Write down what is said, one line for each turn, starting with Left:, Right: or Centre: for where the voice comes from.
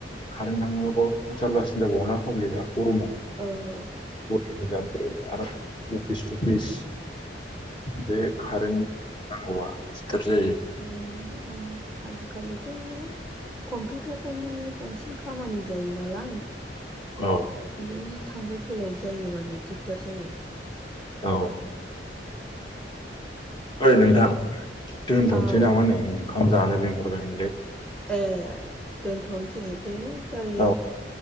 Left: कारेन्ट थाङाबो जारलासिन जाबावो ना गरमाव
Centre: औ
Left: <unintelligible> आरो अफिस टुफिस बे कारेन्ट नांगौआ दिगदार जायो
Centre: <unintelligible> आजिखालिथ' कम्पिउटारजोंनो बांसिन खामानि जायो नालाय
Left: औ
Centre: बै थांलाय फैलाय जायोबानो दिगदार जायो
Left: औ ओरै नोंथां दोनथ'नोसै
Centre: औ
Left: नामा नै ओंखाम जानो लिंहरबायमोनलै
Centre: ए दोनथ'नोसै दे जायो
Left: औ